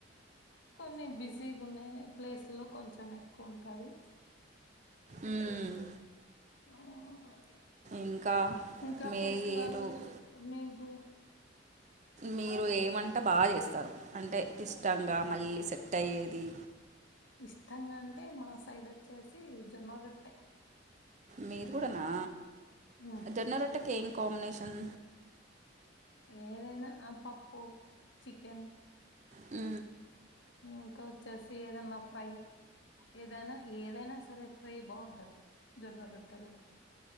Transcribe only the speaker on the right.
ఉమ్
ఇంకా
మీరు
మీరు ఏ వంట బాగా చేస్తారు అంటే ఇష్టంగా మళ్ళీ సెట్ అయ్యేది
మీరు కూడానా
జొన్న రొట్ట కేం కాంబినేషన్
ఆ